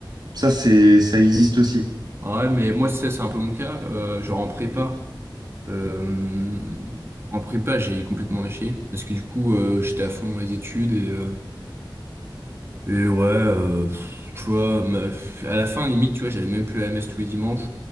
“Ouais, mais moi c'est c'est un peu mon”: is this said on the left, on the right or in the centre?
Right